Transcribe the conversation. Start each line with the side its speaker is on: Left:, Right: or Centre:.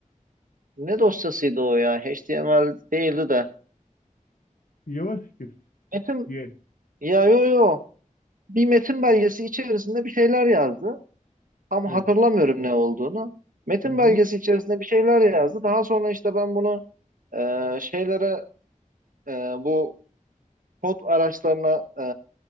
Right: ne dosyasıydı o ya HTML değildi de.
Left: JavaScript
Right: Metin
Left: diye.
Right: ya yo yo bir metin belgesi içerisinde bir şeyler yazdı. Tam
Left: Evet.
Right: hatırlamıyorum ne olduğunu. Metin
Left: Hı hı.
Right: belgesi içerisinde bir şeyler yazdı. Daha sonra işte ben bunu e, şeylere e, bu kod araçlarına e,